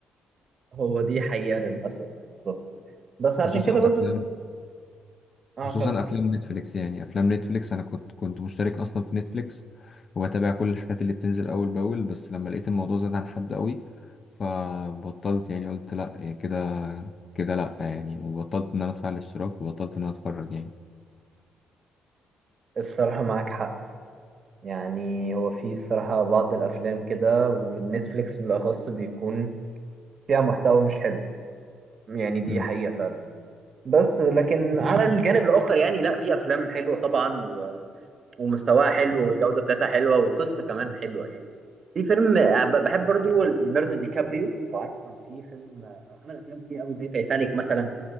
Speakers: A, on the right; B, on the left.
A: هو دي حقيقة للاسف بالظبط بس عشان
B: خصوصا
A: كده
B: الافلام
A: برضو ال- اه
B: خصوصا
A: كمل
B: افلام نتفليكس يعني افلام نتفليكس انا كنت كنت مشترك اصلا في نتفليكس وبتابع كل الحاجات اللي بتنزل اول باول بس لما لقيت الموضوع زاد عن حد قوي فبطلت يعني قلت لا يعني كده كده لا يعني وبطلت ان انا ادفع الاشتراك وبطلت ان انا اتفرج يعني
A: الصراحة معاك حق يعني هو في الصراحة بعض الافلام كده ومن نتفليكس بالاخص بيكون فيها محتوى مش حلو يعني دي
B: مم.
A: حقيقة فعلا بس لكن على الجانب الاخر يعني لا في افلام حلوة طبعا ومستواها حلو والجودة بتاعتها حلوة والقصة كمان حلوة يعني في فيلم آه، ب- بحب برضو ليوناردو دي كابريو لو عارف كان في فيلم آه، عمل أفلام كتير قوي زي تايتانيك مثلا